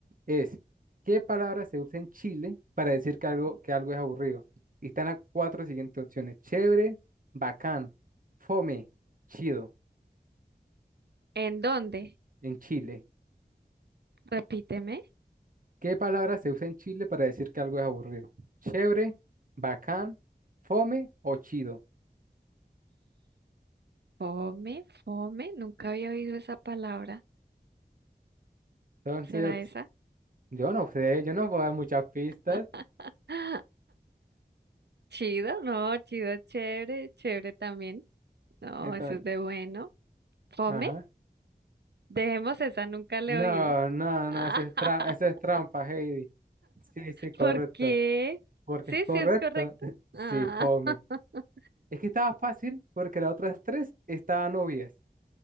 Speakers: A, on the right; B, on the right.
A: es, ¿qué palabra se usa en Chile para decir que algo, que algo es aburrido? Y están las cuatro siguientes opciones. Chévere, bacán, fome, chido,
B: ¿En dónde?
A: en Chile.
B: Repíteme.
A: ¿Qué palabra se usa en Chile para decir que algo es aburrido? Chévere, bacán, fome o chido.
B: Fome, fome. Nunca había oído esa palabra.
A: Entonces,
B: ¿Será
A: ops,
B: esa?
A: yo no sé, yo no puedo dar muchas pistas.
B: <laughs> Chido, no, chido, chévere, chévere también. No,
A: Entonces,
B: eso es de bueno. Fome,
A: ajá.
B: dejemos esa, nunca le
A: No,
B: he oído.
A: no,
B: <laughs>
A: no, eso es, tra- eso es trampa, Heidi. Sí, sí, correcto.
B: ¿Por qué?
A: Porque
B: Sí,
A: es correcto.
B: sí, es correcto.
A: <laughs>
B: Ah,
A: Sí, fome.
B: <laughs>
A: Es que estaba fácil porque las otras tres estaban obvias.